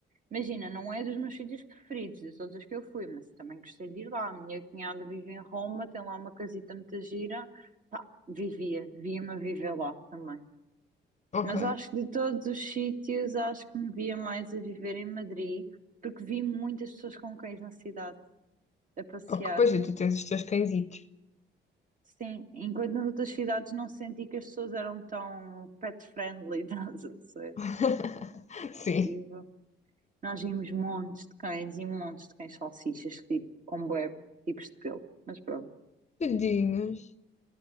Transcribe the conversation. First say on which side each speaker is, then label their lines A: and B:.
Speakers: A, on the right (about 40°); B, on the left (about 35°).
A: Imagina, não é dos meus sítios preferidos, de todos os que eu fui, mas também gostei de ir lá. A minha cunhada vive em Roma, tem lá uma casita muito gira. Pá, vivia, via-me a viver lá também.
B: Ok.
A: Mas acho que de todos os sítios, acho que me via mais a viver em Madrid, porque vi muitas pessoas com cães na cidade, a passear.
B: Ok, pois é, tu tens os teus cãezitos.
A: Sim, enquanto nas outras cidades não senti que as pessoas eram tão pet friendly, <laughs> estás a ver?
B: <laughs> Sim.
A: Tipo, nós vimos montes de cães e montes de cães salsichas, tipo, com bué tipos de pelo. Mas pronto,
B: Tadinhos.